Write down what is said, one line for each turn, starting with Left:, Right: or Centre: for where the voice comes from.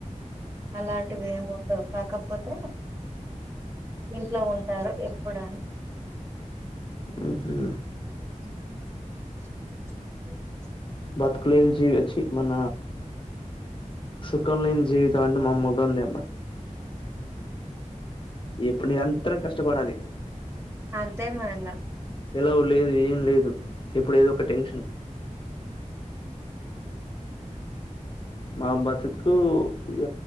Right: అలాంటివి ఏమి ఉండవు కాకపోతే ఇంట్లో ఉం టారు ఎప్పుడన్న
Left: ఉహు
Right: ఉ
Left: బత్కులెన్ జీవిచ్చి మన సుఖంలేని జీవి ట మామ్మలుగా ఉంది అబా ఎప్పుడు నిరంతరం కష్టపడాలి
Right: అ అంతే మ
Left: సెలవ లేదు ఏం లేదు ఎప్పుడు ఏదో ఒక టెన్షన్ మా బతుక్కు ఇగ